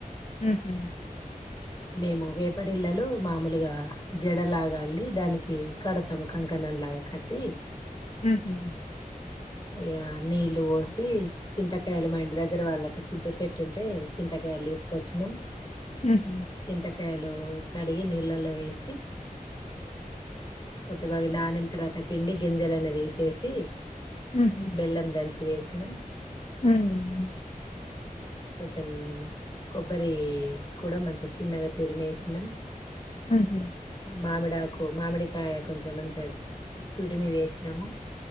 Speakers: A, on the left; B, on the left.
A: ఆహ
B: మేము వేపరిళ్లలు మామూలుగా జడలాగా అల్లి దాని కి కడతం కంకణలాగా కటి
A: ఉహు
B: ఇగ నీళ్లు పోసి చింతకాయలు మా ఇంటి దగ్గర వాళ్ళకు చింత చెట్టు ఉం టే చింతకాయలు తీసుకొచ్చినం
A: హుహు.
B: చింతకాయలు కడిగి నీళ్లలో వేసి కొంచెం అవి నానిన తర్వాత పిండి గింజలు అన్ని తీసేసి
A: హుహు.
B: బెల్లం దంచి వేసినాం
A: హ్మ్
B: కొంచెం కొబ్బరి కూడా మంచిం చిన్నగా తురిమేసినాం
A: హుహు.
B: మామిడ కు మామిడికాయ కొంచెం మంచిగా తురిమి వేసినాము